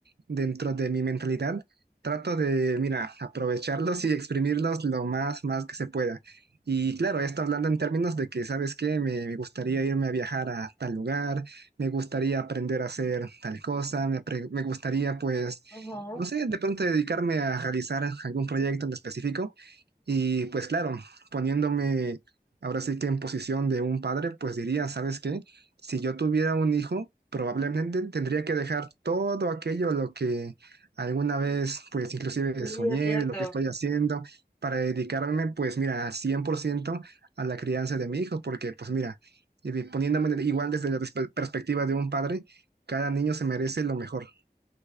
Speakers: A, on the right; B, on the left.
A: dentro de mi mentalidad, trato de, mira, aprovecharlos y exprimirlos lo más, más que se pueda. Y claro, esto hablando en términos de que, ¿sabes qué? Me, me gustaría irme a viajar a tal lugar, me gustaría aprender a hacer tal cosa, me, apre- me gustaría pues,
B: ajá,
A: no sé, de pronto dedicarme a realizar algún proyecto en específico y pues claro, poniéndome ahora sí que en posición de un padre, pues diría, ¿sabes qué? Si yo tuviera un hijo, probablemente tendría que dejar todo aquello a lo que alguna vez pues inclusive
B: Sí,
A: soñé
B: es cierto.
A: de lo que estoy haciendo para dedicarme pues mira al 100% a la crianza de mi hijo, porque pues mira, y de- poniéndome de- igual desde la perspe- perspectiva de un padre, cada niño se merece lo mejor.